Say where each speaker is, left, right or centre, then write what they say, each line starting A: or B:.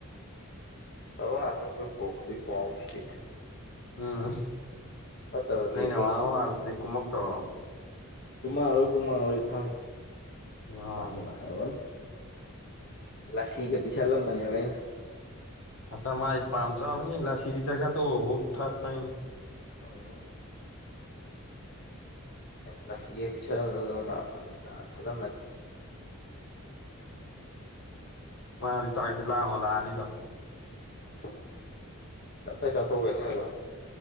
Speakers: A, on the left (about 50°); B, on the left (about 80°).
A: ꯑꯐꯕ ꯉꯛꯇꯅꯤ ꯑꯩꯈꯣꯏ ꯄꯨꯔꯛꯗꯣꯏꯕ ꯄꯥꯎꯁꯤꯗꯤ
B: ꯎꯝ
A: ꯐꯠꯇꯕꯗꯤ
B: ꯅꯣꯏ
A: ꯑꯩꯈꯣꯏ
B: ꯅꯥꯃꯟꯅꯕ ꯃꯉꯥꯜ ꯗꯨꯗꯤ ꯀꯨꯝꯃꯛꯇ꯭ꯔꯣ꯫
A: ꯀꯨꯝꯃꯔꯣꯏ ꯀꯨꯝꯃꯔꯣꯏ ꯈꯪ
B: ꯑꯣ
A: ꯄ ꯅꯨꯡꯉꯥꯏꯔꯕꯅꯤ ꯂꯁꯤꯒ ꯄꯤꯁꯜꯂꯝꯕꯅꯦꯕ ꯑꯩꯅ
B: ꯉꯁꯥ ꯃꯥꯥꯏ ꯄꯥꯝ ꯆꯕꯅꯤ ꯂꯁꯤꯗꯤ ꯖꯖꯥ ꯇꯣꯕꯐꯥꯎ ꯊꯛꯄꯅꯤ
A: ꯑꯥ ꯑꯩꯅ ꯂꯁꯤꯒ ꯄꯤꯁꯗꯨꯅ ꯃꯥ ꯐꯠꯂꯦ ꯈꯜꯂꯝꯃꯅꯤ
B: ꯃꯥꯗꯤ ꯆꯥꯛꯇꯤ ꯂꯥꯝꯃꯥ ꯂꯥꯛꯑꯅꯤꯗꯣ
A: ꯎꯝ ꯇꯞꯇꯥꯏ ꯆꯥꯊꯣꯛꯑꯥ